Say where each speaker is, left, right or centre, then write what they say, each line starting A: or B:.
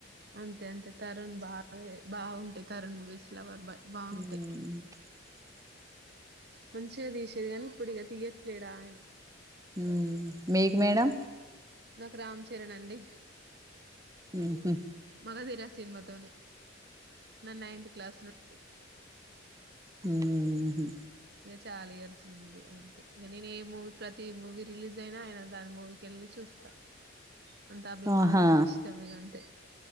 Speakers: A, on the right; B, on the right.
A: అంతే అంతే తరుణ్ బా గా బాగుంటాయి తరున్ మూవీస్ లవర్ బాయ్
B: హ్
A: బాగుంటాయి మంచిగా తీసేది కానీ ఇప్పుడు ఇక తీయట్లేడాయన
B: ఉమ్ మీ క్ మేడం
A: నాకు రామ్ చరణ్ అండి
B: ఉహు
A: మగధీర సినిమా తోనీ నా నైన్ త్ క్లాస్ నుండీ
B: ఉమ్ హ్
A: ఇగా చాలా ఇయర్స్ నుండి అంతే ఇక నేను ఏ మూవీ ప్రతి మూవీ రిలీజ్ అయినా ఆయన దాని మూవీకేళ్ళి చూస్తా అంత అభిమానం
B: ఆహా
A: అంత ఇష్టం మీగ అంతే